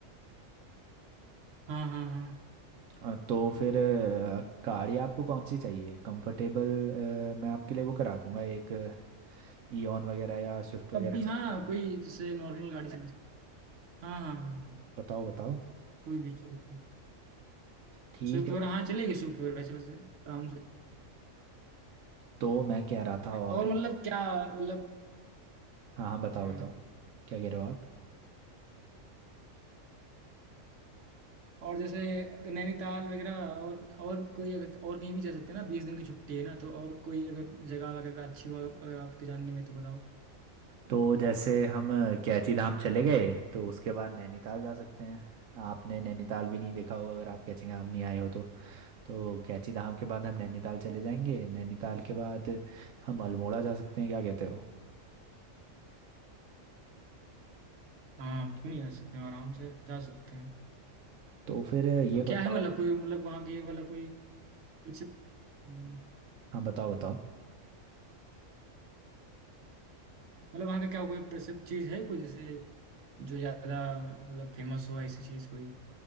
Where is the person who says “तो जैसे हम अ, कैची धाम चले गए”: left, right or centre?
Right